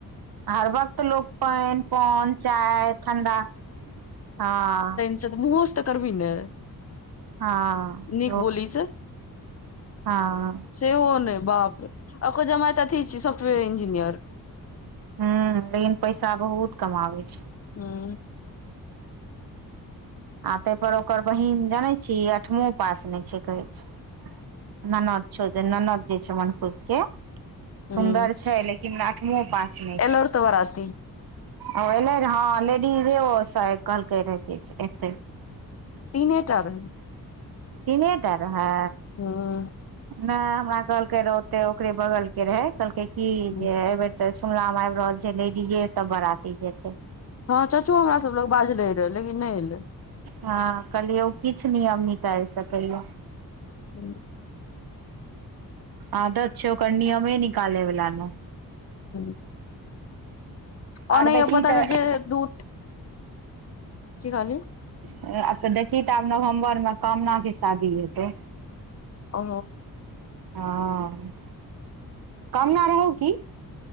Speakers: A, on the right; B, on the left.
A: हर वक्त लोक पानी पान चाय ठण्डा हाँ
B: छै तऽ मुहोसँ तऽ करबी ने
A: हँ
B: नीक बोली सँ
A: हाँ
B: सेहो नै बाप रे ओकर जमाए तऽ अथी छै साफ्टवेयर इंजिनियर
A: हूँ लेकिन पैसा बहुत कमाबै छै
B: हुँ
A: आ ताहि पर ओकर बहीन जानै छीही आठमो पास नहि छै कहै छै ननद छौ ओ ननद जे छै मन खुश के
B: हूँ
A: सुन्दर छै ना आठमो पास नहि
B: एलौर
A: छै
B: तऽ बराती
A: ओ एलै हँ लेडीजो कहलको रहल एतै
B: तीने टा रहै
A: तीने टा रहै
B: हुं
A: नहि हमरा कहलकै रह ओते ओकरे बगलके रहे कहलकै की
B: हूँ
A: जे एहिबेर तऽ सुनला मे आबि रहल छै लेडीजे सब बराती जेतै
B: हाँ चच्चो हमरा सब लग बाजले रहे लेकिन नहि एलै
A: हाँ कहलियै ओ किछु नीयम निकालि सकैय
B: हूँ
A: आदत छै ओकर नियमे निकालै वाला ने
B: हँ अनैय
A: आर देखी
B: पता
A: तऽ
B: जे दूध की कहली
A: ह आ तऽ देखही तऽ आब नवम्बर मे कामना के शादी हेतौ
B: ओ
A: हाँ कमना रहौ की